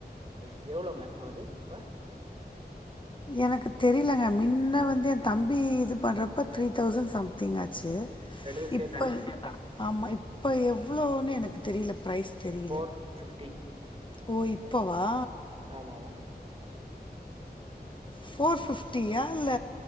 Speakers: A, on the right (about 35°); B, on the left (about 30°).
A: ஐ விஸ் எவ்ளோ மேம் ஆவுது இப்ப
B: எனக்கு தெரிலங்க மின்ன வந்து எ தம்பி இது பண்றப்ப த்ரீ தௌசண்ட் சம்திங் ஆச்சு
A: ரெண்டுது
B: இப்ப
A: சேத்தா
B: ஆமா இப்ப எவ்ளோன்னு எனக்கு தெரில பிரைஸ் தெரியல
A: ஃபோர் ஃபிஃப்டி
B: ஓ இப்பவா
A: ஆமாமா
B: ஃபோர் பிஃப்டியா இல்ல